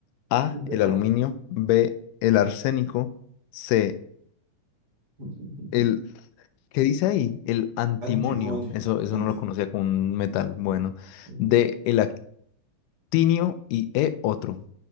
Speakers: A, on the left; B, on the right.
A: A,
B: <laughs>
A: el aluminio, B, el arsénico, C,
B: <laughs>
A: el... ¿Qué dice ahí? El antimonio.
B: Antimonio.
A: Eso, eso
B: Anti.
A: no lo conocía como un metal. Bueno.
B: ujú.
A: D, el actinio y E, otro.